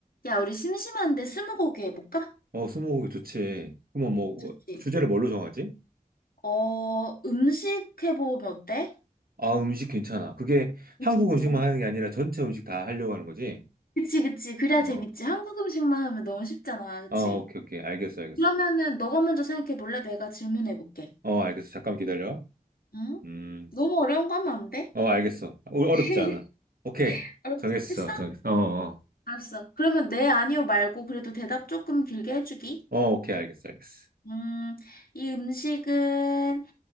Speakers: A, on the left; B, on the right.
A: 야, 우리 심심한데 스무고개 해볼까?
B: 어, 스무고개 좋지. 그러면 뭐
A: 좋지.
B: 주제를 뭘로 정하지?
A: 어, 음식 해보면 어때?
B: 아, 음식 괜찮아. 그게 한국
A: 음식 괜찮아?
B: 음식만 하는 게 아니라 전체 음식 다 하려고 하는 거지?
A: 그치, 그치. 그래야
B: 어,
A: 재밌지. 한국 음식만 하면 너무 쉽잖아. 그치?
B: 어, 오케이, 오케이. 알겠어, 알겠어.
A: 그러면은 너가 먼저 생각해볼래? 내가 질문해볼게.
B: 어, 알겠어. 잠깐 기다려.
A: 응?
B: 음,
A: 너무 어려운 거 하면 안 돼?
B: 어, 알겠어. 어, 어렵지
A: <laughs>
B: 않아. 오케이.
A: 알았-
B: 정했어,
A: 했어?
B: 정했어. 어, 어.
A: 알았어. 그러면 네, 아니요 말고 그래도 대답 조금 길게 해주기.
B: 어, 오케이, 알겠어, 알겠어.
A: 음, 이 음식은,